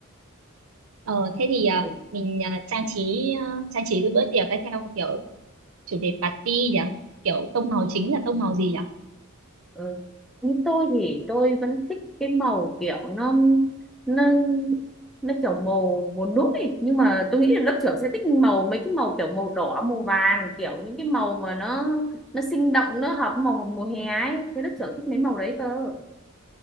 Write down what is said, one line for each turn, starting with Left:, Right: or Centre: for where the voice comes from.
Right: ờ thế thì ờ,
Centre: Ừ.
Right: mình ờ, trang trí ờ, trang trí cái bữa tiệc ấy theo kiểu chủ đề party nhỉ kiểu tông màu chính là tông màu gì nhỉ
Centre: Ừ. Như tôi thì tôi vẫn thích cái màu kiểu nó nó nó kiểu màu màu nút ấy nhưng mà tôi nghĩ là lớp trưởng sẽ thích màu mấy cái màu kiểu màu đỏ màu vàng kiểu những cái màu mà nó nó sinh động nó hợp với màu mùa hè ấy thế lớp trưởng thích mấy màu đấy cơ